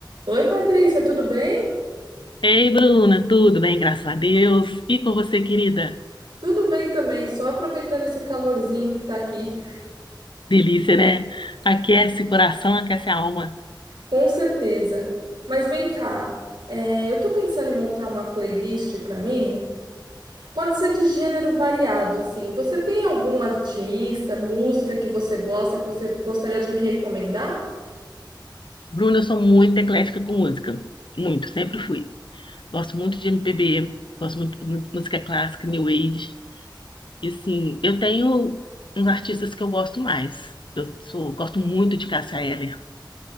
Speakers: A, on the right; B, on the left.
A: Oi, Patrícia, tudo bem?
B: Ei, Bruna, tudo bem? Graças a Deus. E com você, querida?
A: Tudo bem também, só aproveitando esse calorzinho que tá aqui,
B: Delícia, né? Aquece o coração, aquece a alma.
A: com certeza. Mas vem cá, é, eu tô pensando em montar uma playlist pra mim. Pode ser de gênero variado, assim. Você tem algum artista, música que você gosta, que você gostaria de me recomendar?
B: Bruna, eu sou muito eclética com música. Muito, sempre fui. Gosto muito de MPB, gosto muito, muito de música clássica, New Age. E assim, eu tenho uns artistas que eu gosto mais. Eu sou, gosto muito de Cássia Eller.